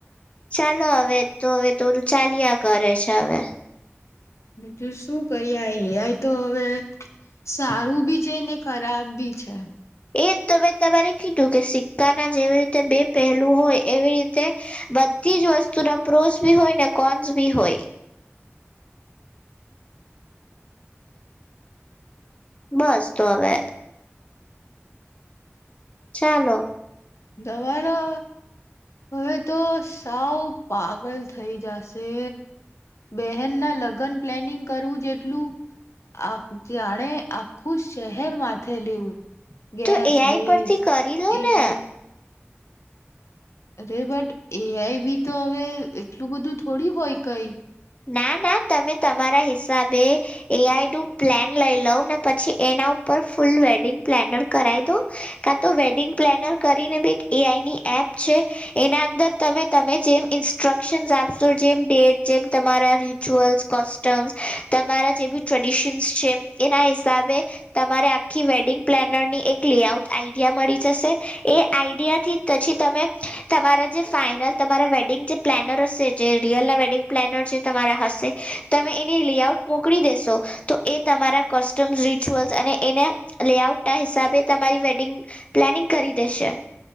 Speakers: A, on the left (about 25°); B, on the left (about 85°).
A: ચાલો હવે તો હવે તોરું ચાલ્યા કરે છે હવે.
B: બીજું શું કરીએ એ આઈ તો હવે સારું બી છે ને ખરાબ બી છે.
A: એક તો મેં તમારે કીધું કે સિક્કાના જેવી રીતે બે પહેલું હોય એવી રીતે બધી જ વસ્તુના પ્રોઝ બી હોય ને કોન્સ બી હોય. બસ તો હવે ચાલો.
B: દવા લો હવે તો સાવ પાગલ થઈ જશે. બહેન ના લગ્ન પ્લાનિંગ કરવું જેટલું આ જાણે આખું શહેર માથે લેવું. ગેસ
A: તો એ આઈ
B: લિસ્ટ
A: પરથી કરી લો
B: એઆઈ
A: ને.
B: અરે બટ એ આઈ બી તો હવે એટલું બધું થોડી હોય કઈ.
A: ના ના તમે તમારા હિસાબે એ આઈ નું પ્લાન લઈ લઉ ને પછી એના ઉપર ફૂલ વેડિંગ પ્લેનર કરાવ દઉ કા તો વેડિંગ પ્લેનર કરીને બી એક એ આઈની એપ છે એના અંદર તમે તમે જેમ ઇન્સ્ટ્રક્શન આપશો જેમ ડેટ જેમ તમારા રિચ્યુઅલ્સ કોસ્ટમ્સ તમારા જે બી ટ્રેડિશન્સ છે, એના હિસાબે તમારે આખી વેડિંગ પ્લેનરની એક લેઆઉટ આઈડિયા મળી જશે. એ આઈડિયાથી પછી તમે તમારા જે ફાઇનલ તમારા વેડિંગ જે પ્લેનર હશે જે રિયલના વેડિંગ પ્લેનર છે તમારા હસ્તે. તમે એની લેઆઉટ મોકલી દેશો. તો એ તમારા કસ્ટમ્સ રિચ્યુઅલ્સ અને એને લેઆઉટ ના હિસાબે તમારી વેડિંગ પ્લાનિંગ કરી દેશે.